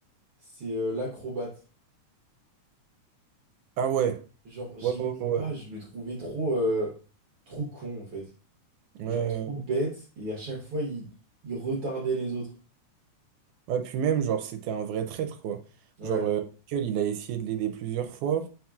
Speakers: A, on the right; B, on the right.
A: c'est euh, l'acrobate.
B: Ah ouais,
A: Genre, je
B: ouais,
A: l'aimais
B: ouais, ouais.
A: pas, je le trouvais trop, euh, trop con, en fait.
B: Ouais,
A: Genre,
B: ouais. Ouais,
A: trop bête, et à chaque fois, il, il retardait les autres.
B: ouais, puis même, genre, c'était un vrai traître, quoi.
A: Ouais.
B: Genre, euh, Michael, il a essayé de l'aider plusieurs fois,